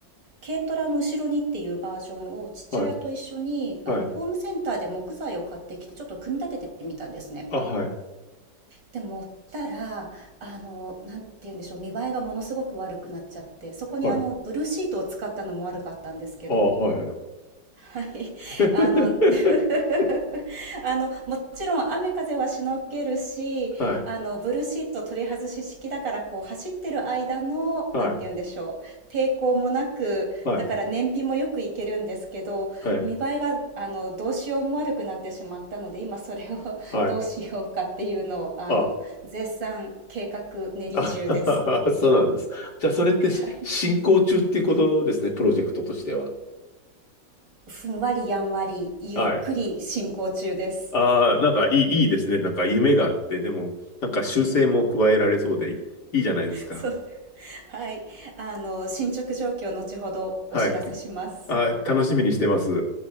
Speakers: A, on the right (about 85°); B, on the left (about 65°).
A: 軽トラの後ろにっていうバージョンを父親と一緒に、
B: ー、はい、
A: あの、
B: はい。
A: ホームセンターで木材を買ってきて、ちょっと組み立ててみたんですね。
B: あ、はい、
A: でも、したら、あの、なんて言うんでしょう、見栄えがものすごく悪くなっちゃって、そこにあの、
B: はい。
A: ブルーシートを使ったのも悪かったんですけど、
B: ああ、はい、はい。
A: はい。
B: <laughs>
A: あの <laughs> あの、もちろん雨風はしのげるし、
B: はい、
A: あの、ブルーシート取り外し式だから、こう、走ってる間の、
B: はい、
A: なんて言うんでしょう、抵抗もなく、
B: はい、
A: だから燃費もよくいけるんですけど、
B: はい、
A: 見栄えが、あの、どうしようも悪くなってしまったので、今それを
B: はい。
A: <laughs> どうしようかっていうのを、あの、
B: あ、
A: 絶賛計画練り中です。
B: あ <laughs> そうなんです。じゃあ、それってし進行中っていうことですね、
A: はい。
B: プロジェクトとしては。
A: ふんわりやんわり、ゆっくり進行中です。
B: はい。ああ、なんかいい、いいですね。なんか夢があって、でも、なんか修正も加えられそうでいいじゃないですか。
A: そう。はい。あの、進捗状況、を後ほどお知らせします。
B: はい。ああ、楽しみにしてます。